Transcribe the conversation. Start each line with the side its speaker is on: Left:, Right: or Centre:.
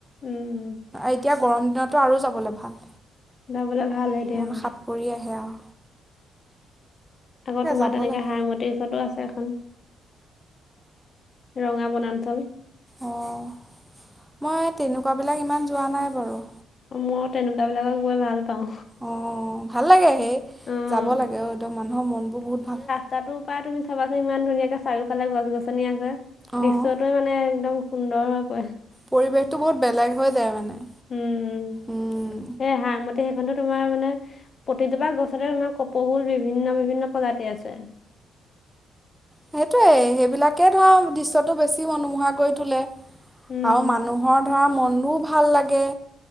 Left: উম উম।
Centre: এতিয়া গৰম দিনতটো আৰু যাবলৈ ভাল।
Left: যাবলে ভাল হয় এতিয়া
Centre: মন
Left: অ'।
Centre: সাত পৰি আহে অহ।
Left: আকৌ তোমাৰ
Centre: যাব
Left: তেনেকে
Centre: লাগে
Left: হাৰমুটিৰ ওচৰতো আছে এখন। ৰঙা বনাঞ্চল।
Centre: অ' মই তেনেকুৱা বিলাক ইমান যোৱা নাই বাৰু।
Left: অ' ময়ো তেনেকুৱা বিলাকত গৈ ভাল পাওঁ।
Centre: অ', অ' ভাল লাগে হে
Left: অ'।
Centre: যাব লাগে ও একদম মানুহৰ মন বোৰ বহুত ভাল।
Left: ৰাস্তাটো পায় তুমি চাবাচোন ইমান ধুনীয়াকে চাৰিওফালে গছ গছনি আছে
Centre: অঁ
Left: দৃশ্যটোৱে মানে একদম সুন্দৰ হৈ পৰে।
Centre: পৰিৱেশটো বহুত বেলেগ হৈ যায় মানে।
Left: উম হুম
Centre: উম,
Left: এ হা ম- সেইখনতো তোমাৰ মানে প্ৰতিজোপা গছতে তোমাৰ কপৌফুল বিভিন্ন বিভিন্ন প্ৰজাতিৰ আছে <inaudible>
Centre: সেইটোৱেই সেইবিলাকেই ধৰা দৃশ্যটো বেছি মনোমোহা কৰি তোলে
Left: উম
Centre: আৰু মানুহৰ ধৰা মনবোৰ ভাল লাগে